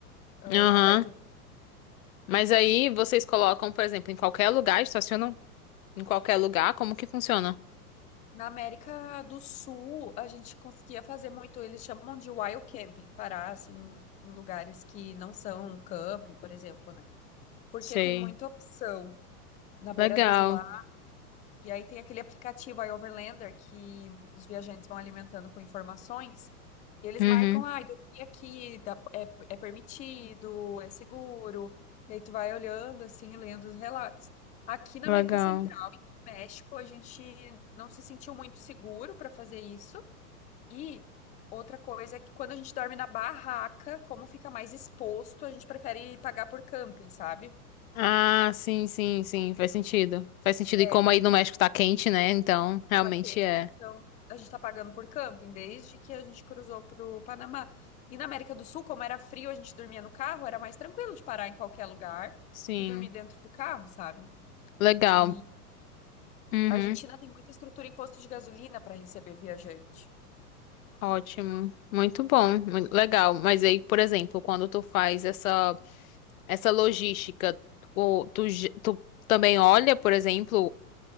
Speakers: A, on the left; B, on the left.
A: ah,
B: Aham.
A: tá perto.
B: Mas aí vocês colocam, por exemplo, em qualquer lugar, estacionam em qualquer lugar, como que funciona?
A: Na América do Sul, a gente conseguia fazer muito, eles chamam de wild camping, parar, assim, em lugares que não são camping, por exemplo, né? Porque
B: Sei.
A: tem muita opção. Na beira
B: Legal.
A: dos lagos. E aí tem aquele aplicativo iOverlander que os viajantes vão alimentando com informações. E eles
B: Uhum.
A: marcam, ah, dormir aqui dá- é, é permitido, é seguro. E aí tu vai olhando, assim, lendo os relatos. Aqui na
B: Legal.
A: América Central e no México, a gente não se sentiu muito seguro para fazer isso. E outra coisa é que quando a gente dorme na barraca, como fica mais exposto, a gente prefere pagar por camping, sabe?
B: Ah, sim, sim, sim, faz sentido. Faz sentido.
A: É.
B: E como aí no México tá quente, né? Então, realmente
A: Tá quente,
B: é.
A: então a gente tá pagando por camping desde que a gente cruzou pro Panamá. E na América do Sul, como era frio, a gente dormia no carro, era mais tranquilo de parar em qualquer lugar
B: Sim.
A: e dormir dentro do carro, sabe?
B: Legal.
A: E
B: Uhum.
A: a Argentina tem muita estrutura em posto de gasolina para receber viajante.
B: Ótimo. Muito bom. Mu- Legal. Mas aí, por exemplo, quando tu faz essa essa logística, tu, tu, ge- tu também olha, por exemplo,